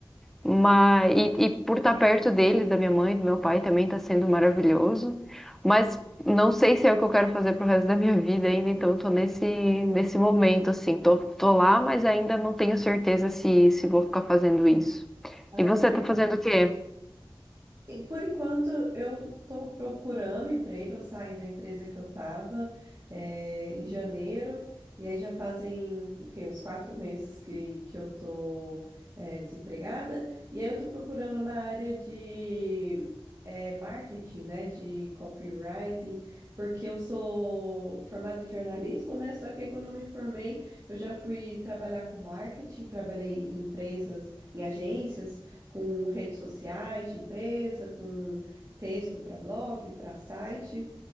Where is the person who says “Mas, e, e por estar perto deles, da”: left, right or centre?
Centre